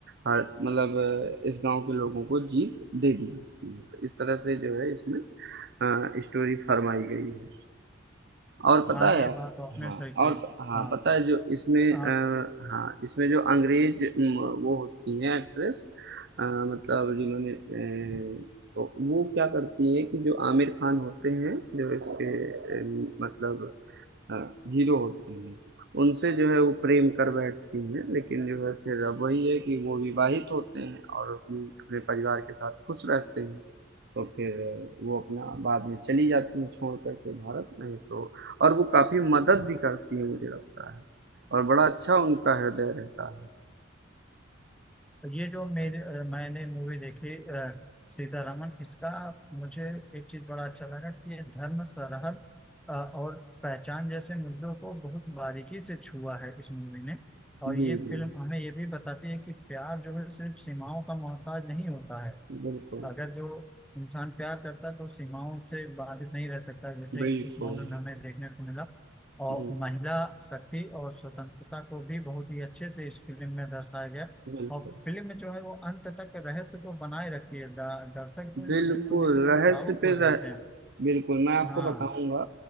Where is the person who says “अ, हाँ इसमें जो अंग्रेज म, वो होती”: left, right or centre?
Right